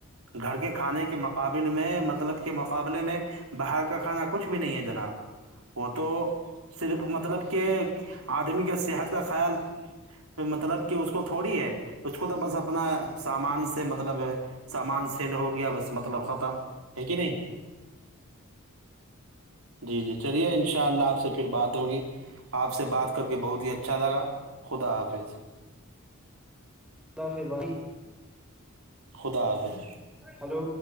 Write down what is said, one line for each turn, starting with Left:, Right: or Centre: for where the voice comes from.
Right: گھر کے کھانے کے مقابل میں مطلب کے مقابلے میں باہر کا کھانا کچھ بھی نہیں ہے جناب وہ تو صرف مطلب کہ آدمی کے صحت کا خیال مطلب کہ اس کو تھوڑی ہے اس کو تو بس اپنا سامان سے مطلب سامان سیل ہو گیا بس مطلب ختم ہے کہ نہیں
Centre: ج ہے
Right: جی جی چلیے ان شاء اللہ آپ سے پھر بات ہوگی آپ سے بات کر کے بہت ہی اچھا لگا خدا حافظ
Centre: ب پھر ب
Right: خدا آا بھیظ
Centre: ہلو